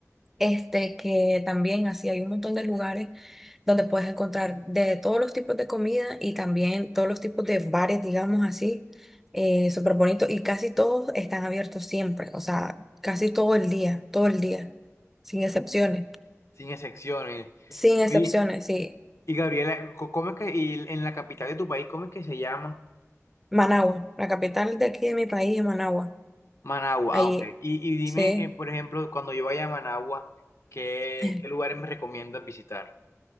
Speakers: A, in the centre; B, on the left.
A: Este, que también así hay un montón de lugares donde puedes encontrar de todos los tipos de comida y también todos los tipos de bares, digamos así, eh, súper bonitos y casi todos están abiertos siempre, o sea, casi todo el día, todo el día, sin excepciones,
B: sin excepciones.
A: sin excepciones,
B: Y,
A: sí.
B: y Gabriela, co- ¿cómo es que, y en la capital de tu país, cómo es que se llama?
A: Managua, la capital de aquí de mi país es Managua,
B: Managua,
A: ahí,
B: ah, ok. Y, y dime,
A: sí.
B: eh, por ejemplo, cuando yo vaya a Managua, ¿qué,
A: <laughs>
B: qué lugares me recomiendas visitar?